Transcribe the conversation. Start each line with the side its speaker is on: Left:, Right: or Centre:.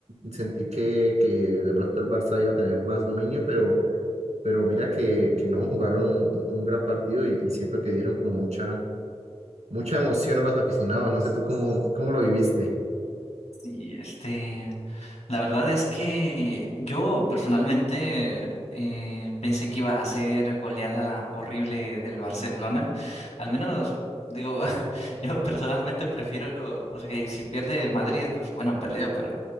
Right: Sentí que, que de pronto el Barça iba a tener más dominio, pero, pero mira que, que no, jugaron un, un- un gran partido y, y siento que dieron como mucha, mucha emoción a los aficionados. No sé tú cómo, cómo lo viviste.
Left: sí, este. La verdad es que yo personalmente eh, pensé que iba a ser goleada horrible del Barcelona. Al menos, digo, <laughs> yo personalmente prefiero, o sea, que si pierde Madrid, pues bueno, perdió, pero